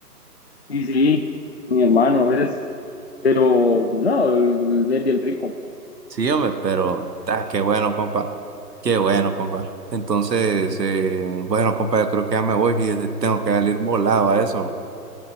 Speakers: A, on the left; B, on the right.
A: sí, sí, mi hermano es, pero no, él es bien rico.
B: Sí, hombre, pero ah, qué bueno, compa. Qué bueno, compa. Entonces, eh, bueno, compa, yo creo que ya me voy, fíjese, tengo que salir volado a eso.